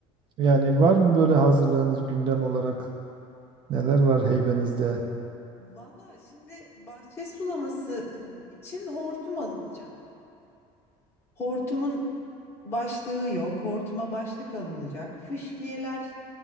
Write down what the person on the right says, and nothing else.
yani var mı böyle hazırlığınız gündem olarak neler var heybenizde?